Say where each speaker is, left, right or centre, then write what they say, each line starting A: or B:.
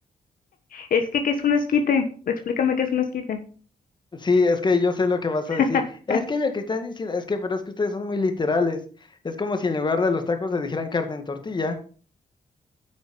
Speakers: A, on the left; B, on the left.
A: Es que, ¿qué es un esquite? Explícame qué es un esquite.
B: Sí, es que yo sé lo que vas
A: <laughs>
B: a decir. Es que lo que están diciendo, es que, pero es que ustedes son muy literales. Es como si en lugar de los tacos le dijeran carne en tortilla.